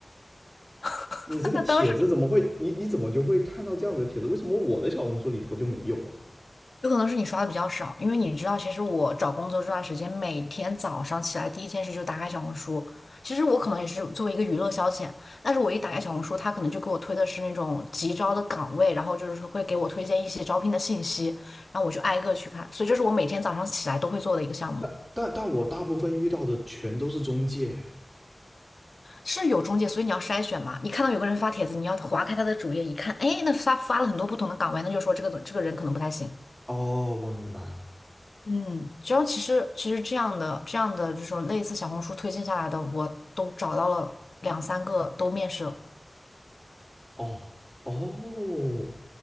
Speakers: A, on the left (about 70°); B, on the right (about 15°).
A: <laughs>
B: 你这个帖子怎么会？
A: 那当时。
B: 你你怎么就会看到这样的帖子？为什么我的小红书里头就没有啊？
A: 有可能是你刷的比较少，因为你知道，其实我找工作这段时间，每天早上起来第一件事就打开小红书。其实我可能也是作为一个娱乐消遣，但是我一打开小红书，他可能就给我推的是那种急招的岗位，然后就是说会给我推荐一些招聘的信息，然后我就挨个去看。所以这是我每天早上起来都会做的一个项目，
B: 但但但我大部分遇到的全都是中介。
A: 是有中介，所以你要筛选嘛。你看到有个人发帖子，你要划开他的主页一看，哎，那发发了很多不同的岗位，那就说这个这个人可能不太行。
B: 哦，我明白了。
A: 嗯，只要其实其实这样的这样的这种类似小红书推荐下来的，我都找到了两三个都面试了。
B: 哦哦，